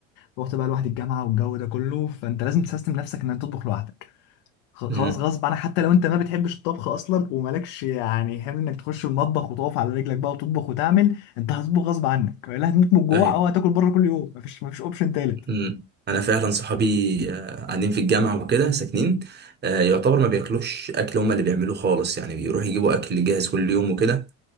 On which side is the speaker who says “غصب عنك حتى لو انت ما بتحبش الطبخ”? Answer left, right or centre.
Left